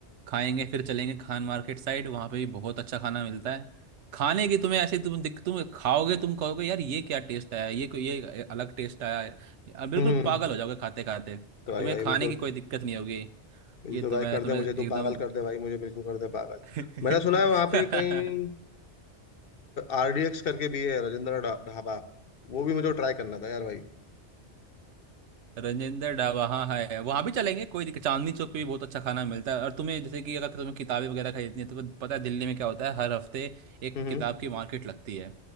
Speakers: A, on the right; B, on the left.
A: खाएंगे फिर चलेंगे खान मार्केट साइड वहाँ पे भी बहुत अच्छा खाना मिलता है खाने की तुम्हें ऐसे तुम दिख तुम खाओगे तुम कहोगे यार ये क्या टेस्ट आया ये कोई- ये अलग टेस्ट आया है अब बिल्कुल
B: हम्म हम्म।
A: पागल हो जाओगे खाते खाते तुम्हें
B: तो भाई भाई
A: खाने
B: बिल्कुल
A: की कोई दिक्कत नहीं होगी
B: बिल्कुल
A: ये तो
B: भाई
A: मैं
B: कर
A: तुम्हें
B: दे मुझे
A: एकदम
B: तो पागल कर दे भाई मुझे बिल्कुल कर दे पागल
A: <laughs>
B: मैंने सुना है वहाँ पे कहीं आरडीएक्स करके भी है राजेंद्र ढा- ढाबा वो भी मुझे ट्राई करना था यार भाई
A: रजेंद्र डा वहाँ है वहाँ भी चलेंगे कोई दिक्कत चांदनी चौक पे भी बहुत अच्छा खाना मिलता है और तुम्हें जैसे कि अगर तुम्हें किताबें वगैरह खरीदनी है तो पता है दिल्ली में क्या होता है हर हफ्ते एक
B: हम्म
A: किताब की मार्केट लगती है